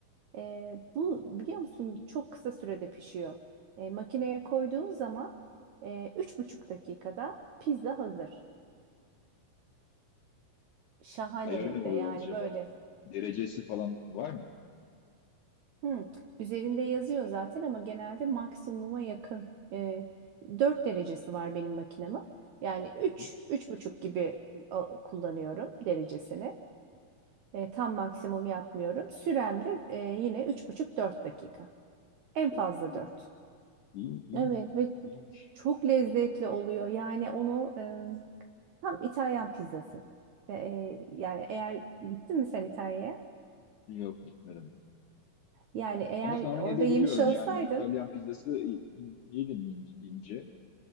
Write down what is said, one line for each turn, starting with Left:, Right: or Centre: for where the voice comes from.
Right: E, bu biliyor musun çok kısa sürede pişiyor. E, makineye koyduğun zaman e, üç buçuk dakikada pizza hazır. Şahane
Left: Ayarı
Right: hem
Left: ne oluyor
Right: de yani
Left: acaba?
Right: böyle
Left: Derecesi falan var mı?
Right: Hmm. üzerinde yazıyor zaten ama genelde maksimuma yakın e, 4 derecesi var benim makinemin. Yani üç,
Left: Hı hı.
Right: üç buçuk gibi e, al- kullanıyorum derecesini. E, tam maksimum yapmıyorum. Sürem de e, yine üç buçuk dört dakika. En
Left: Çok
Right: fazla
Left: pişiriyor.
Right: 4.
Left: İyi, iyi.
Right: Evet ve
Left: iyiymiş.
Right: çok lezzetli oluyor. Yani onu e, tam İtalyan pizzası. E, e, yani eğer gittin mi sen İtalya'ya?
Left: Yok gitmedim.
Right: Yani eğer
Left: Ama tahmin
Right: orada
Left: edebiliyorum
Right: yemiş olsaydın
Left: yani İtalyan pizzası i- i- yedim in- ince.